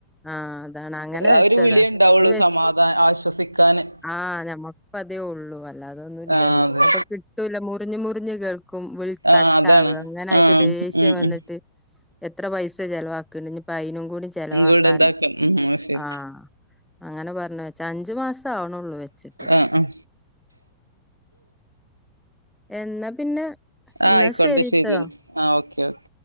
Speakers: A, in the centre; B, on the right (about 85°).
A: ആഹ് അതാണ് അങ്ങനെ
B: ആ
A: വെച്ചതാ
B: ഒരു വിളിയേ ഉണ്ടാവുള്ളൂ
A: അത് വെച്ച്
B: സമാധാന ആശ്വസിക്കാന്
A: ആഹ് ഞമ്മക്ക് അതേ ഉള്ളൂ. അല്ലാതെന്നുല്ലല്ലോ
B: ആ അതെ
A: അപ്പൊ കിട്ടൂല മുറിഞ്ഞ് മുറിഞ്ഞ് കേൾ ക്കും വിൾ
B: ആ
A: കട്ടാവ
B: അതാണ്
A: അങ്ങനായിട്ട്
B: ആ
A: ദേഷ്യം
B: ഉം
A: വന്നിട്ട്
B: ഉം
A: എത്ര പൈസ ചെലവാക്ണ്ട് ഇനിപ്പൊ അയിനും കൂടി ചെലവാക്കാ
B: ഇങ്കൂടെ ഇതാക്ക ഉം ശരി
A: ആഹ് അങ്ങനെ പറഞ്ഞ് വെച്ച. അഞ്ചു മാസം ആവണള്ളൂ വെച്ച്
B: ഉം ഉം
A: എന്നാ പിന്നെ
B: ആ
A: എന്നാ
B: ആയിക്കോട്ടെ
A: ശരിട്ടോ
B: ശരിയെന്നാ ആ ഓക്കെ ഓക്കെ